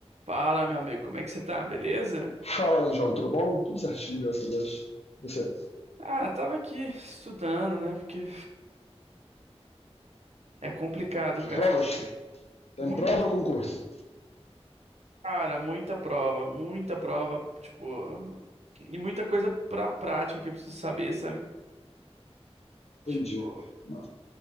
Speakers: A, on the right; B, on the left.
A: Fala, meu amigo, como é que você tá? Beleza?
B: Fala, João, tudo bom? Tudo certinho, graças a Deus. Você?
A: Ah, tava aqui estudando, né? Porque é complicado, cara.
B: Provas? Tem
A: Muitas,
B: prova ou concurso?
A: cara, muita prova, muita prova, tipo, e muita coisa pra prática que eu preciso saber, sabe?
B: Entendi.
A: Tipo,
B: Uma-